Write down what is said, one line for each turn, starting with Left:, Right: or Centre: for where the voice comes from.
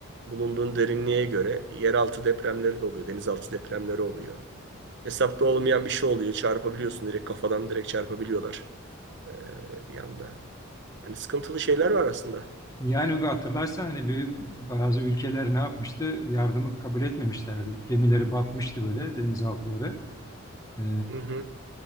Right: bulunduğun derinliğe göre yeraltı depremleri de oluyor, denizaltı depremleri oluyor. Hesapta olmayan bir şey oluyor, çarpabiliyorsun direkt kafadan direkt çarpabiliyorlar e, bir anda. Hani sıkıntılı şeyler var aslında.
Left: Yani bu hatırlarsan hani bir, bazı ülkeler ne yapmıştı? Yardımı kabul etmemişlerdi. Gemileri batmıştı böyle denizaltıları. Ee,
Right: Hı hı.